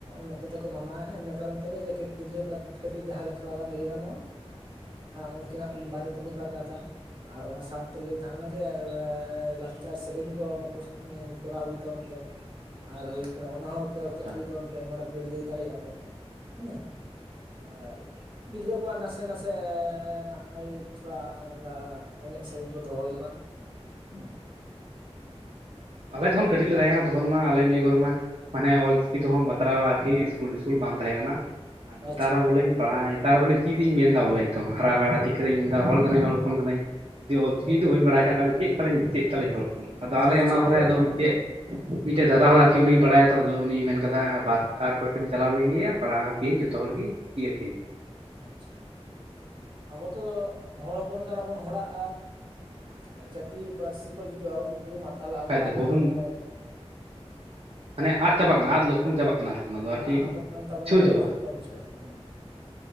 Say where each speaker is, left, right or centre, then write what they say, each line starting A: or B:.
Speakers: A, on the right (about 50°); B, on the right (about 65°).
A: ᱱᱚᱛᱮ ᱫᱚᱠᱚ ᱢᱟᱱᱟᱣᱮᱜᱼᱟ ᱤᱱᱟᱹ ᱠᱟᱨᱚᱱ ᱛᱮ ᱜᱮ ᱡᱮ <unintelligible> ᱜᱤᱫᱽᱨᱟᱹ ᱠᱟᱹᱴᱤᱡ ᱡᱟᱦᱟᱸ ᱜᱮ ᱛᱷᱚᱲ ᱜᱟᱱ ᱞᱟᱹᱭ ᱜᱟᱱᱚᱜᱼᱟ᱾ ᱩᱱᱠᱤᱱᱟᱜ
B: ᱦᱩᱸ
A: ᱵᱟᱨᱮ ᱛᱮ ᱢᱤᱫ ᱵᱟᱨ ᱠᱟᱛᱷᱟ ᱟᱨ ᱚᱱᱟ ᱥᱟᱶᱛᱮ ᱞᱟᱹᱭ ᱛᱟᱦᱮᱱᱟ ᱡᱮᱻ ᱞᱟᱠᱪᱟᱨ ᱥᱮᱨᱮᱧ ᱠᱚ ᱢᱚᱠᱚᱥ ᱠᱚᱨᱟᱣ ᱟᱹᱜᱩᱭ ᱛᱟᱵᱚᱱ ᱯᱮ ᱟᱨ ᱦᱩᱭᱩᱜ ᱠᱟᱱᱟ ᱚᱱᱟ ᱦᱚᱸ <unintelligible>
B: ᱦᱳᱭ
A: ᱪᱮᱫ ᱟᱹᱜᱩᱭ ᱛᱟᱵᱚᱱ ᱯᱮ ᱱᱚᱰᱮ ᱯᱮ ᱞᱟᱹᱭ ᱫᱟᱲᱮᱭᱟᱜᱼᱟ ᱯᱮ ᱦᱩᱸᱻ ᱟᱨ ᱜᱤᱫᱽᱨᱟᱹ ᱠᱚᱣᱟᱜ ᱱᱟᱥᱮ ᱱᱟᱥᱮ ᱱᱟᱜ ᱛᱷᱚᱲᱟ <unintelligible> ᱮᱱᱮᱡ ᱥᱮᱨᱮᱧ ᱠᱚ ᱫᱚᱦᱚᱭ ᱦᱩᱭᱩᱜᱼᱟ ᱦᱩᱸ
B: ᱟᱞᱮ ᱴᱷᱮᱱ ᱠᱟᱹᱴᱤᱡ ᱞᱮ ᱞᱟᱹᱭ ᱟᱡᱚᱢ ᱛᱚᱠᱷᱚᱱ ᱢᱟ ᱟᱞᱮ ᱱᱤᱭᱟᱹ ᱠᱚᱨᱮ ᱢᱟ ᱢᱟᱱᱮ ᱚᱞ ᱪᱤᱠᱤ ᱛᱮᱦᱚᱸ ᱵᱟᱛᱨᱟᱣ ᱟᱨᱠᱤ ᱤᱥᱠᱩᱞ ᱢᱤᱥᱠᱩᱞ ᱵᱟᱝ ᱛᱟᱦᱮᱸ ᱠᱟᱱᱟ ᱟᱨ ᱱᱮᱛᱟᱨ
A: ᱟᱪᱪᱷᱟ
B: ᱦᱚᱸ ᱵᱚᱞᱮᱧ ᱯᱟᱲᱦᱟᱜ ᱱᱮᱛᱟᱨ ᱵᱚᱞᱮ ᱪᱮᱫ ᱤᱧ ᱢᱮᱱ ᱫᱟ ᱵᱚᱞᱮ ᱱᱤᱛᱚᱝ ᱦᱟᱨᱟ ᱵᱟᱲᱟ ᱛᱤ ᱠᱟᱹᱧ ᱢᱮᱱ ᱮᱫᱟ ᱦᱚᱲ ᱠᱟᱱᱟᱧ ᱦᱚᱲ ᱦᱚᱯᱚᱱ ᱠᱟᱹᱱᱟᱹᱧ ᱡᱩᱫᱤ ᱚᱞᱪᱤᱠᱤ
A: ᱦᱮᱸ
B: ᱫᱚ ᱵᱟᱹᱧ ᱵᱟᱲᱟᱭ ᱠᱷᱟᱡ ᱛᱟᱦᱚᱞᱮ ᱪᱮᱫ ᱛᱟᱹᱞᱤᱧ ᱪᱮᱫ ᱛᱟᱹᱞᱤᱧ ᱚᱞ ᱯᱷᱚᱞ ᱫᱟ ᱟᱫᱚ
A: ᱦᱮᱸ
B: ᱟᱞᱮ ᱚᱱᱟ
A: ᱪᱮᱫ
B: ᱠᱚᱨᱮ
A: ᱫᱚ ᱤᱧᱟᱹᱜ
B: ᱟᱫᱚ ᱢᱤᱫᱴᱮᱡ ᱢᱤᱫᱴᱮᱡ ᱫᱟᱫᱟ ᱦᱚᱲ ᱟᱨᱠᱤ ᱩᱱ ᱵᱟᱲᱟᱭᱟ ᱛᱚ ᱟᱫᱚ ᱩᱱᱤ ᱢᱮᱱ ᱠᱟᱫᱟ ᱵᱟᱨ ᱵᱟᱨ <unintelligible> ᱠᱟᱢᱤ ᱪᱟᱞᱟᱣ ᱞᱮᱱ ᱜᱮᱭᱟ ᱯᱟᱲᱦᱟᱣ ᱟᱯᱮᱭᱟᱹᱧ ᱡᱷᱚᱛᱚ ᱦᱚᱲ ᱜᱮ ᱤᱭᱟᱹ ᱟᱯᱮ ᱭᱟᱹᱧ
A: ᱟᱪᱷᱟ ᱟᱵᱚ ᱫᱚ ᱦᱚᱲ ᱦᱚᱯᱚᱱ ᱠᱟᱱᱟ ᱵᱚᱱ ᱦᱚᱲᱟᱜ
B: ᱵᱟᱠᱷᱟᱡ
A: <unintelligible>
B: ᱫᱚ
A: ᱡᱟᱹᱛᱤ ᱯᱟᱹᱨᱥᱤ ᱠᱚ ᱡᱩᱫᱤ ᱵᱟᱵᱚᱱ ᱩᱯᱨᱩᱢᱟ ᱛᱟᱦᱚᱞᱮ ᱟᱵᱚᱣᱟᱜ
B: ᱠᱷᱟᱡᱫᱚ ᱵᱟᱵᱩᱱ
A: ᱢᱟᱱᱮ
B: ᱢᱟᱱᱮ ᱟᱫ ᱪᱟᱵᱟᱜ ᱠᱟᱱᱟ ᱟᱫ ᱞᱚᱴᱚᱢ ᱪᱟᱵᱟᱜ ᱠᱟᱱᱟ ᱟᱨᱠᱤ ᱱᱚᱣᱟ ᱫᱚ ᱟᱨᱠᱤ
A: ᱦᱮᱸ ᱟᱫᱚᱜ ᱠᱟᱱ ᱛᱟᱵᱚᱱᱟ
B: ᱢᱩᱪᱷᱟᱹᱣ
A: ᱟᱫᱚ
B: ᱪᱟᱵᱟᱜᱼᱟ
A: ᱪᱮᱫ ᱵᱚᱱ ᱥᱮᱲᱟᱭ ᱦᱮᱸ